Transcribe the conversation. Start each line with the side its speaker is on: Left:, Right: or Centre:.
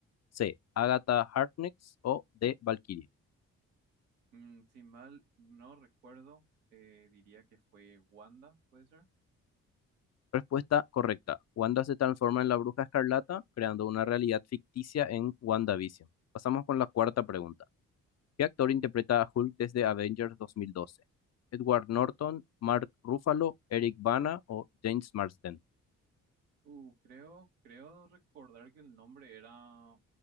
Left: C. Agatha Harkness. O D. Valkyrie.
Right: Mm, si mal no recuerdo, eh, diría que fue Wanda, ¿puede ser?
Left: Respuesta correcta. Wanda se transforma en la Bruja Escarlata, creando una realidad ficticia en WandaVision. Pasamos con la cuarta pregunta. ¿Qué actor interpreta a Hulk desde Avengers 2012? ¿Edward Norton, Mark Ruffalo, Eric Bana o James Marsden?
Right: Uh, creo, creo recordar que el nombre era